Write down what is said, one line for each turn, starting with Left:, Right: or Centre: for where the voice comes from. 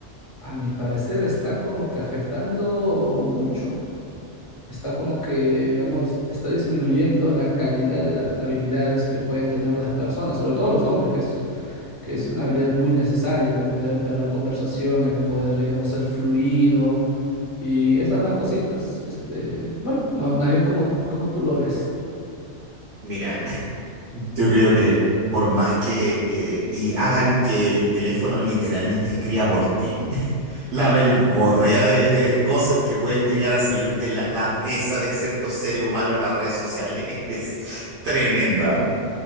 Left: a mi parecer, está como que afectando mucho está como que, digamos, está disminuyendo la calidad de las habilidades que pueden tener las personas, sobre todo los hombres, que es, que es una habilidad muy necesaria, el poder entablar conversación, el poder, digamos, ser fluido y esas más cositas. Este, bueno, ma- más, bien como, como tú lo ves.
Right: Mira, <laughs> yo creo que por más que eh, y hagan que el teléfono literalmente escriba por ti, <laughs> la belborrea de, de cosas que pueden llegar a salir de la cabeza de ciertos seres humanos en las redes sociales <laughs> es tremenda. ¿o?